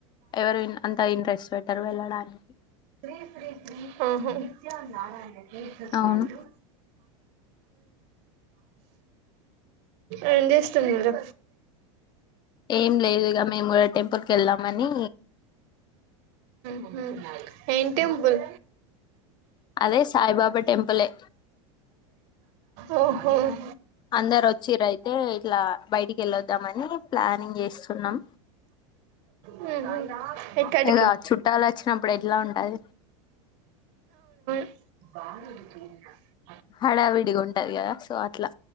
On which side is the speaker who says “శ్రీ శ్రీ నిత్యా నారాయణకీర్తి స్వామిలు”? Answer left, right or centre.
Right